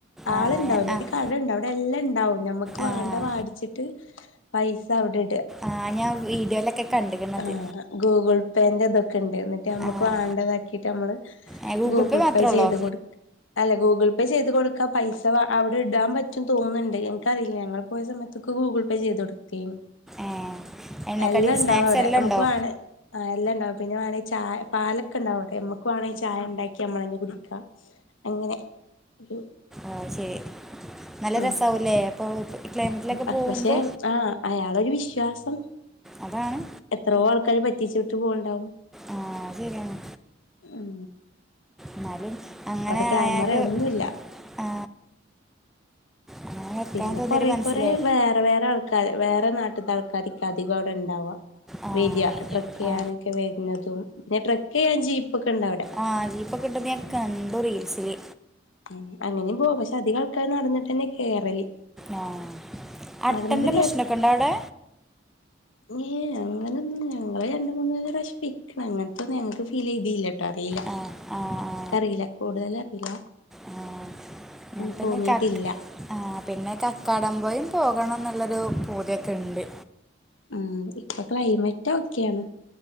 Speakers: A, on the left; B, in the centre.
A: ആൾണ്ടാവൂല
B: ആഹ് ആഹ്
A: ഒര് കടണ്ട് അവിടെ എല്ലാണ്ടാവും ഞമ്മക്ക്
B: ആഹ്
A: വാണ്ട വാട്ചിട്ട് പൈസ ഔടെ ഇട
B: ആ ഞാൻ വീഡിയോയിലൊക്കെ കണ്ട് കന് അത്
A: ആഹ് ഗൂഗിൾ പേന്റെ ഇതൊക്കെണ്ട് ഇന്ന്ട്ട് ഞമ്മക്ക്
B: ആഹ്
A: വേണ്ടതാക്കിട്ട് ഞമ്മള്.
B: ഏഹ്
A: ഗൂഗിൾ
B: മാത്രേ
A: പേ
B: ഒള്ളോ
A: ചെയ്ത് കൊട്ക് അല്ല ഗൂഗിൾ പേ ചെയ്ത് കൊടുക്കാ പൈസ വ ഔടെ ഇടാൻ പറ്റും തോന്ന്ണ്ട് ഇൻക്കറിയില്ല ഞങ്ങൾ പോയ സമയത്തൊ ഗൂഗിൾ പേ ചെയ്ത കൊടുക്കെനി
B: ഏഹ് എണ്ണക്കടിയും
A: എല്ലാണ്ടാവു
B: സ്നാക്സ്
A: ഔടെ
B: എല്ലാം
A: ന്നമുക്ക്
B: ഉണ്ടോ
A: വാണേ എല്ലാം ണ്ടാവും പിന്നെ വേണേ ചായ പാലൊക്കെണ്ട് അവിടെ നമുക്ക് വേണേ ചായണ്ടാക്കി നമ്മളന്നെ കുടിക്കാം അങ്ങനെ ഒരു
B: ആ ശരി നല്ല
A: ആ
B: രസവുംല്ലേ അപ്പൊ ഈ ക്ലൈമറ്റിലൊക്കെ
A: ആ
B: പോകുമ്പോ
A: പക്ഷെ ആ അയാളൊരു വിശ്വാസം.
B: അതാണ്.
A: എത്രയോ ആൾക്കാര് പറ്റിച്ചിട്ട് പോവ്ണ്ടാവും.
B: ആ ശരിയാണ്
A: ഉം
B: ന്നാലും അങ്ങനെ
A: അവിടെ ക്യാമറ
B: ആയാല്.
A: ഒന്നുല്ല
B: ആ അങ്ങനെ വെക്കാൻ
A: പിന്നെ
B: തോന്നിയൊരു
A: കൊറെ
B: മനസ്സിലേ
A: കുറെ വേറെ വേറെ ആൾക്കാര് വേറെ നാട്ടിത്തെ ആൾക്കാരോക്കെ അധികം അവിടെ ണ്ടാവാ.
B: ആ
A: വൊര ട്രക്ക് ചെയ്യാനൊക്കെ
B: ആ
A: വരുന്നതും പിന്നെ ട്രക്ക് ചെയ്യാൻ ജീപ്പ് ഒക്കെ ഉണ്ട് അവിടെ
B: ആഹ് ജീപ്പൊക്ക്ണ്ട്ന്ന് ഞാൻ കണ്ടു റീൽസില്.
A: ആ അങ്ങനെയും പോവാ പക്ഷെ അധികം ആൾക്കാർ നടന്നിട്ടന്നെ കേറല്.
B: ആഹ് അട്ടന്റെ
A: നടന്നിട്ട്
B: പ്രശ്നമൊക്കെ ഒണ്ടോ അവിടെ.
A: ങോ അങ്ങനെന്നും ഞങ്ങള് രണ്ട് മൂന്ന് പ്രാവശ്യം പോയിക്ക്ണ് അങ്ങനത്തെന്നുംഞങ്ങക്ക് ഫീൽ എഴുതിയില്ലട്ടോ അറിയില്ല.
B: ആ ആ ആ
A: അറിയില്ല കൂടുതല് അറിയില്ല.
B: ആ ഞാൻ പിന്നെ
A: തോന്നിയിട്ടില്ല
B: ക ആ പിന്നെ കക്കാടമ്പയും പോകണം എന്നുള്ളൊരു പൂതി യൊ ക്കെ ഉണ്ട്.
A: ആഹ് ഇപ്പൊ ക്ലൈമറ്റോക്കെയാണ്